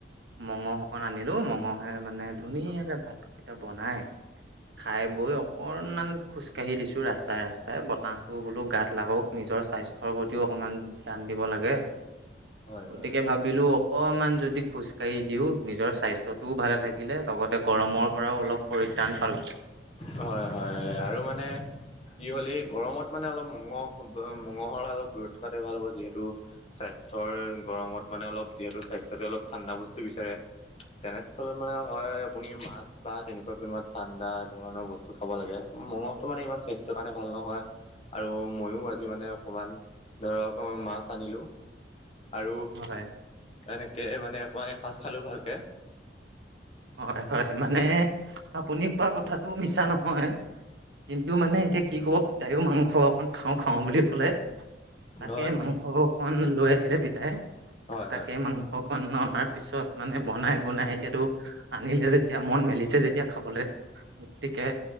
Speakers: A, on the right; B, on the left.
A: মঙহ অকন আনিলো। মঙহে মানে ধুনীয়াকে ভাত ত বনাই খাই বৈ অকনমান খোজকাঢ়ি দিছো ৰাস্তাই ৰাস্তাই বতাহ টো বোলো গাত লাগক নিজৰ স্বাস্থ্যৰ প্ৰতিও অকমান ধ্যান দিব লাগে।
B: হয়
A: গতিকে
B: হয়
A: ভাবিলো অকমান যদি খোজ কাঢ়ি দিও নিজৰ স্বাস্থ্যতটোও ভালে থাকিলে লগত গৰমৰ পৰাও অলপ পৰিত্ৰাণ পালো।
B: হয় হয় হয় আৰু মানে কি হ'লে এই গৰমত মানে অলপ মঙহ মঙহৰ অলপ দূৰত থকাতে ভাল হ'ব। যিহেতু স্বাস্থ্যৰ গৰমত মানে অলপ যিহেতু স্বাস্থ্যটোৱে অলপ ঠাণ্ডা বস্তু বিচাৰে। তেনেস্থলত মানে হয় আপুনি মাছ বা তেনেকুৱা কোনোবা ঠাণ্ডা ধৰণৰ বস্তু খাব লাগে। মঙহতটো মানে ইমান স্বাস্থ্যৰ কাৰণে ভাল নহয় আৰু মইও আজি মানে অকমান ধৰক মাছ আনিলো। আৰু
A: হয়
B: এনেকে মানে অকই এসজ খালো ভালকে
A: হয় হয় মানে আপুনি কোৱা কথাতটো মিছা নহয়। কিন্তু মানে এতিয়া কি ক'ব তাইও মাংস অকন খাওঁ খাওঁ বুলি কলে তাকে
B: হয়
A: মাংস অকমান লৈ আহিলে। পিতাই
B: হয়
A: তাকে
B: হয়
A: মাংসক অনাৰ পিছত মানে বনাই গুনাই এতিয়াতো আনিলে যেতিয়া মন মেলিছে যেতিয়া খাবলৈ গতিকে